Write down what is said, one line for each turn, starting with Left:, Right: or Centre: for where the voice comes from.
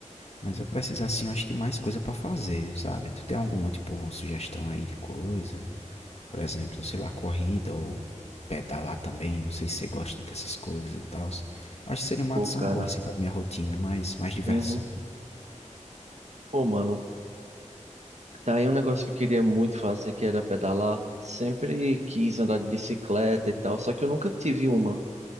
Left: Mas eu preciso, assim, eu acho que mais coisa pra fazer, sabe? Tu tem alguma, tipo, sugestão aí de coisa? Por exemplo, sei lá, corrida ou pedalar também. Não sei se você gosta dessas coisas e tal. Acho que seria uma
Right: Pô,
Left: adição
Right: cara.
Left: boa, assim, pra minha rotina, mas mais diversão.
Right: Uhum. Pô, mano. Tá aí um negócio que eu queria muito fazer, que era pedalar. Sempre quis andar de bicicleta e tal, só que eu nunca tive uma.